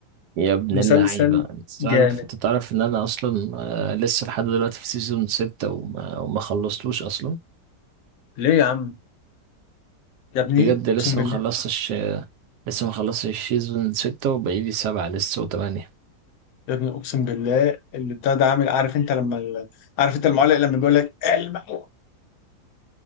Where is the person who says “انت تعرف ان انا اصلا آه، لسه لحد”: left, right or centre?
Right